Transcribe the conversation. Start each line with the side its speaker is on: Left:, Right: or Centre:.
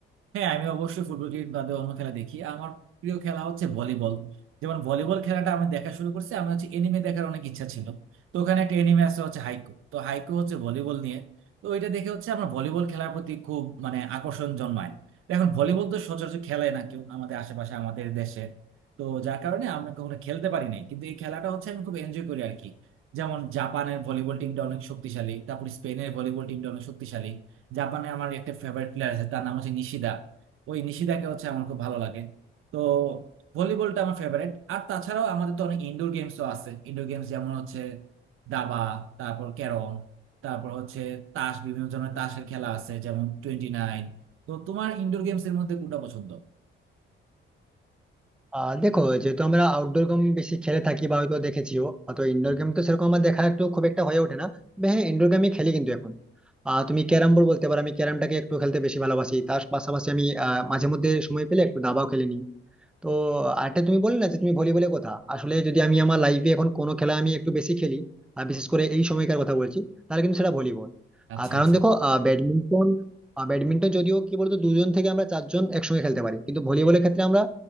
Right: হ্যাঁ আমি অবশ্যই ফুটবল ক্রিকেট বাদে অন্য খেলা দেখি আমার প্রিয় খেলা হচ্ছে ভলিবল যেমন ভলিবল খেলাটা আমি দেখা শুরু করছি আমি হচ্ছে এনিমে দেখার অনেক ইচ্ছা ছিল তো ওখানে একটা এনিমে আছে হচ্ছে হাইকো তো হাইকো হচ্ছে ভলিবল নিয়ে তো ওইটা দেখে হচ্ছে আমার ভলিবল খেলার প্রতি খুব মানে আকর্ষণ জন্মায় তো এখন ভলিবল তো সচরাচর খেলায় না কেউ আমাদের আশেপাশে আমাদের দেশে তো যার কারণে আমি কখনো খেলতে পারি নাই কিন্তু এই খেলাটা হচ্ছে আমি খুব এনজয় করি আর কি যেমন জাপানের ভলিবল টিমটা অনেক শক্তিশালী তারপর স্পেনের ভলিবল টিমটা অনেক শক্তিশালী জাপানে আমার একটা ফেভারিট প্লেয়ার আছে তার নাম হচ্ছে নিশিদা ওই নিশিদাকে হচ্ছে আমার খুব ভালো লাগে তো ভলিবলটা আমার ফেভারিট আর তাছাড়াও আমাদের তো অনেক ইনডোর গেমসও আছে ইনডোর গেমস যেমন হচ্ছে দাবা তারপর ক্যারম তারপর হচ্ছে তাস বিভিন্ন ধরনের তাসের খেলা আছে যেমন টোয়েন্টি নাইন তো তোমার ইনডোর গেমস এর মধ্যে কোনটা পছন্দ
Centre: আহ দেখো যেহেতু আমরা আউটডোর গেম বেশি খেলে থাকি বা হয়তো দেখেছিও তো ইনডোর গেম তো সেরকম আমার দেখা একটু খুব একটা হয়ে ওঠে না তবে হ্যাঁ ইনডোর গেমই খেলি কিন্তু এখন আহ তুমি ক্যারাম বোর্ড বলতে পারো আমি ক্যারামটাকে একটু খেলতে বেশি ভালোবাসি তার পাশাপাশি আমি আহ মাঝে মধ্যে সময় পেলে একটু দাবাও খেলে নিই তো আরেকটা তুমি বললে না যে তুমি ভলিবলের কথা আসলে যদি আমি আমার লাইফে এখন কোনো খেলা আমি একটু বেশি খেলি আর বিশেষ করে এই সময়কার কথা বলছি তাহলে কিন্তু সেটা ভলিবল
Right: আচ্ছা
Centre: আর কারণ
Right: আচ্ছা
Centre: দেখো আহ, ব্যাডমিন্টন আহ, ব্যাডমিন্টন যদিও কি বলতো দুজন থেকে আমরা চারজন একসঙ্গে খেলতে পারি কিন্তু ভলিবলের ক্ষেত্রে আমরা